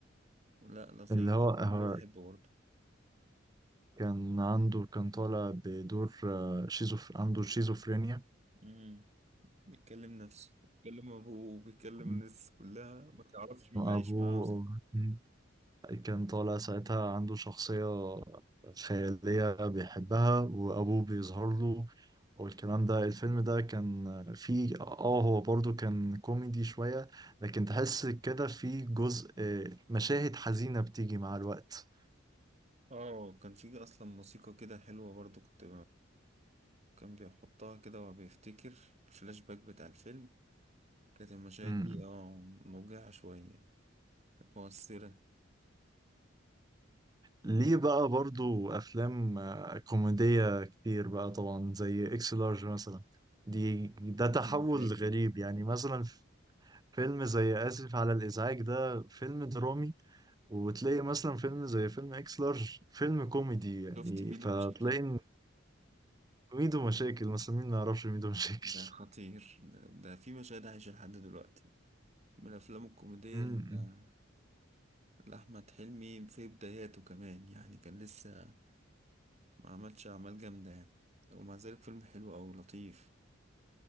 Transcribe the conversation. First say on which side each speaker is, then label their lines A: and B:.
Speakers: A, on the right; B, on the right.
A: لا لطيف
B: اللي هو هو
A: انا بحبه برضو
B: كان عنده كان طالع بدور آه، شيزوف عنده شيزوفرينيا
A: امم بيتكلم نفسه بيتكلم ابوه بيتكلم
B: وبيكلم
A: الناس كلها ما تعرفش مين اللي عايش
B: أبوه
A: معاه اصلا
B: م. كان طالع ساعتها عنده شخصية خيالية بيحبها وأبوه بيظهر له والكلام ده الفيلم ده كان فيه اه هو برضو كان كوميدي شوية لكن تحس كده فيه جزء مشاهد حزينة بتيجي مع الوقت
A: اه كان في اصلا موسيقى كده حلوة برضو كنت كان بيحطها كده وهو بيفتكر الفلاش باك بتاع الفيلم كانت المشاهد
B: امم
A: دي اه موجعة شوية كانت مؤثرة
B: ليه بقى برضو أفلام آه، كوميدية كتير بقى طبعا زي إكس لارج مثلا دي ده تحول
A: ميدو مشاكل
B: غريب يعني مثلا فيلم زي آسف على الإزعاج ده فيلم درامي وتلاقي مثلا فيلم زي فيلم إكس لارج فيلم كوميدي يعني
A: شفت ميدو
B: فتلاقي
A: مشاكل
B: ميدو مشاكل مثلا مين ما يعرفش ميدو مشاكل
A: ده خطير ده, ده في مشاهد عايشة لحد دلوقتي من الأفلام الكوميدية
B: امم
A: ال- لأحمد حلمي في بداياته كمان يعني كان لسه ما عملش أعمال جامدة يعني ومع ذلك فيلم حلو أوي لطيف